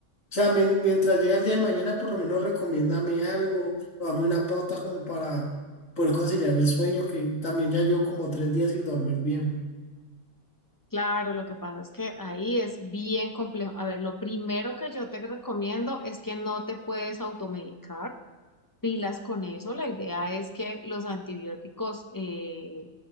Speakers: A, on the left; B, on the left.
A: sea, mien- mientras llega el día de mañana, por lo menos recomiéndame algo o dame una pauta como para poder conciliar el sueño, que también ya llevo como tres días sin dormir bien.
B: Claro, lo que pasa es que ahí es bien complejo. A ver, lo primero que yo te recomiendo es que no te puedes automedicar. Pilas con eso. La idea es que los antibióticos eh,